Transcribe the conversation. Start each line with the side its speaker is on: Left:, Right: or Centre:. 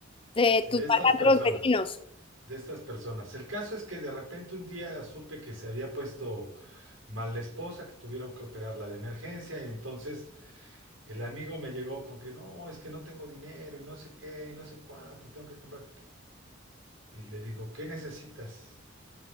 Left: de
Right: sí,
Left: tus
Right: de estas
Left: malandros
Right: personas.
Left: vecinos.
Right: de estas personas. El caso es que de repente un día supe que se había puesto mal la esposa, que tuvieron que operarla de emergencia y entonces el amigo me llegó con que no, es que no tengo dinero y no sé qué y no sé cuánto y tengo que comprar. Y le digo, ¿qué necesitas?